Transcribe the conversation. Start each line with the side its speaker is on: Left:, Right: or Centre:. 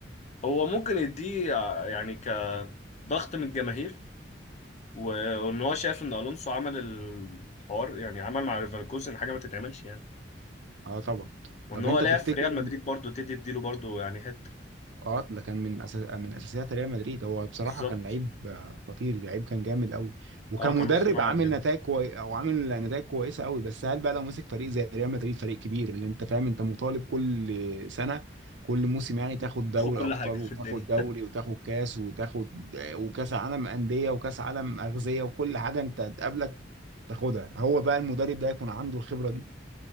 Left: هو ممكن يديه ع- يعني كضغط من الجماهير و- وان هو شايف ان الونسو عمل الحوار يعني عمل مع ليفركوزن حاجه ما تتعملش يعني
Right: اه طبعا
Left: وان
Right: طب
Left: هو
Right: انت
Left: لعب
Right: تفتكر
Left: في ريال مدريد برضه تدي تديله برضه يعني حته
Right: اه ده كان من أساس... من اساسيات ريال مدريد هو بصراحه
Left: بالظبط
Right: كان لعيب آه، خطير لعيب كان جامد قوي وكمدرب
Left: اه كان نص ملعب
Right: عامل
Left: جامد
Right: نتائج كوي... او عامل نتائج كويسه قوي بس هل بقى لو مسك فريق زي ريال مدريد فريق كبير اللي انت فاهم انت مطالب كل سنه كل موسم يعني تاخد دوري
Left: خد كل
Right: ابطال
Left: حاجه في
Right: وتاخد
Left: الدنيا
Right: دوري وتاخد كاس وتاخد آه، وكاس عالم انديه وكاس عالم اغذيه وكل حاجه انت تقابلك تاخدها هو بقى المدرب ده يكون عنده الخبره دي